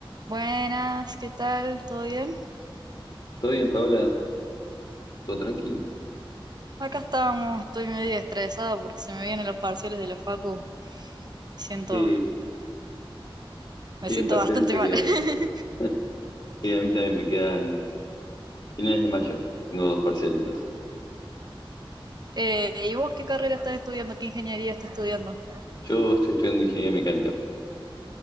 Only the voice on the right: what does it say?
Buenas, ¿qué tal? ¿Todo bien?
Acá estamos, estoy medio estresada porque se me vienen los parciales de la facu. Siento,
me
siento
bastante
mal.
<laughs>
Eh, ¿y vos qué carrera estás estudiando? ¿Qué ingeniería estás estudiando?